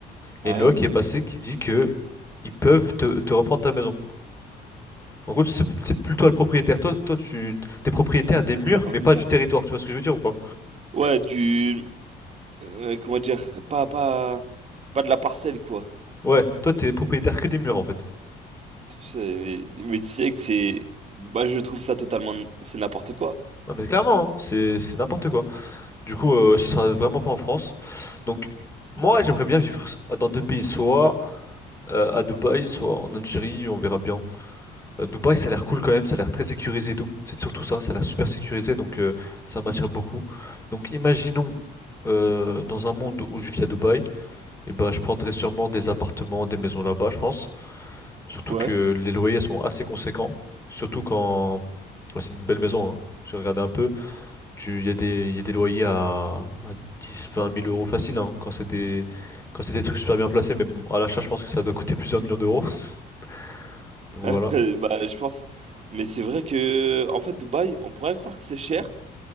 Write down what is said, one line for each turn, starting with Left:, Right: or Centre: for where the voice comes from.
Left: il
Right: Ah
Left: y a une loi
Right: Ouais,
Left: qui est passée qui dit que ils peuvent te te reprendre ta maison. En gros, c'est c'est plus le propriétaire. Toi, toi, tu t'es propriétaire des murs,
Right: n'importe
Left: mais pas
Right: quoi.
Left: du territoire. Tu vois ce que je veux dire ou pas?
Right: Ouais, du euh, comment dire, pas pas pas de la parcelle quoi.
Left: Ouais, toi, t'es propriétaire que des murs en fait.
Right: C'est- Mais tu sais que c'est bah je trouve ça totalement c'est n'importe quoi.
Left: Non, mais clairement, hein, c'est c'est n'importe quoi. Du coup, euh, ce sera vraiment pas en France. Donc, moi, j'aimerais bien vivre dans deux pays, soit euh, à Dubaï, soit en Algérie, on verra bien. Euh, Dubaï, ça a l'air cool quand même, ça a l'air très sécurisé et tout. C'est surtout ça, ça a l'air super sécurisé, donc euh, ça m'attire
Right: Hmm.
Left: beaucoup. Donc, imaginons euh, dans un monde où je vis à Dubaï, et ben, je prendrais sûrement des appartements, des maisons là-bas, je pense. Surtout
Right: Ouais.
Left: que les loyers sont assez conséquents. Surtout quand ouais, c'est une belle maison, hein. J'ai regardé un peu. Tu, il y a des, il y a des loyers à, à dix vingt mille euros facile, hein, quand c'est des, quand c'est des trucs super bien placés. Mais bon, à l'achat, je pense que ça doit coûter <laughs> plusieurs millions d'euros. <laughs> Donc voilà.
Right: <laughs> Euh, Bah je pense mais c'est vrai que en fait Dubaï, on pourrait croire que c'est cher,